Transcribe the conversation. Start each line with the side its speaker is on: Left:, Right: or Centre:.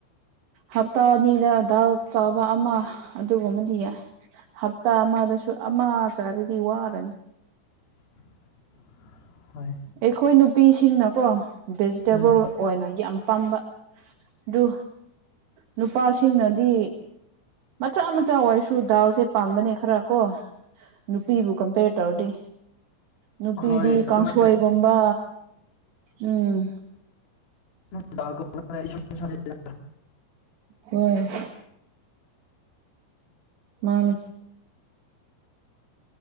Right: ꯍꯞꯇꯥ ꯑꯅꯤꯗ ꯗꯥꯜ ꯆꯥꯕ ꯑꯃ ꯑꯗꯨꯒꯨꯝꯕꯗꯤ ꯌꯥꯏ ꯍꯞꯇꯥ ꯑꯃꯗꯁꯨ ꯑꯃ ꯆꯥꯔꯗꯤ ꯋꯥꯔꯦ
Left: <inaudible> ꯍꯣꯏ
Right: ꯑꯩꯈꯣꯏ ꯅꯨꯄꯤꯁꯤꯡꯅꯀꯣ ꯚꯦꯖꯤꯇꯦꯕꯜ
Left: ꯎꯝ
Right: ꯑꯣꯏꯅ ꯌꯥꯝ ꯄꯥꯝꯕ ꯑꯗꯨ ꯅꯨꯄꯥꯁꯤꯡꯅꯗꯤ ꯃꯆꯥ ꯃꯆꯥ ꯑꯣꯏꯔꯁꯨ ꯗꯥꯜꯁꯦ ꯄꯥꯝꯕꯅꯦ ꯈꯔ ꯀꯣ ꯅꯨꯄꯤꯕꯨ ꯀꯝꯄꯦꯔ ꯇꯧꯔꯗꯤ ꯅꯨꯄꯤꯗꯤ
Left: ꯍꯣꯏ ꯑꯗꯨꯃꯥꯏꯅ
Right: ꯀꯥꯡꯁꯣꯏꯒꯨꯝꯕ ꯎꯝ
Left: ꯑꯗꯨꯝ ꯗꯜꯒꯨꯝꯕꯅꯥ ꯏꯁꯝ ꯁꯝꯃꯦꯗꯥ
Right: ꯍꯣꯏ ꯝꯟꯅꯤ